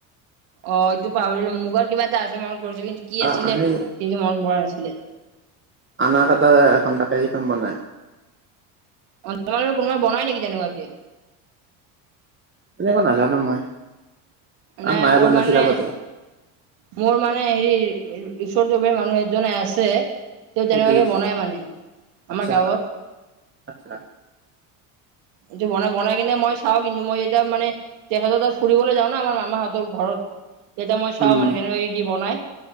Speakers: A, on the right; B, on the right.
A: অ এইটো পৰি মুগত কিবা এটা আছে মনত পৰিছে কিন্তু কি
B: আহ
A: আছিলে
B: সেই
A: সটো মনত পৰা নাছিলে
B: আনাৰ কাটাৰ এখন তাকখন বনাই
A: অ কোনোবা বনাই নেকি তেনেকুৱাকে
B: তেনেকুৱা নাজানো মই আৰু
A: নাই
B: মায়ে
A: মোৰ
B: বনাইছিল
A: মানে
B: আগতে
A: মোৰ মানে মান হেৰি ঈশ্বৰ যৱে মানুহ এজনে আছে তেওঁ
B: সুধিছিল
A: যেনেবাকে বনাই মানে
B: আচ্ছা
A: আমাৰ গাঁৱত
B: আচ্ছা
A: এইটো বনাই বনাই কিনে মই চাওঁ কিন্তু মই যেতিয়া মানে তেখতৰ তাত ফুৰিবলৈ যাওঁ ন আাৰ মামাহঁতৰ ঘৰত
B: <unintelligible>
A: তেতিয়া মই চাওঁ
B: উম
A: মানে কেনেুৱাকে কি বনাই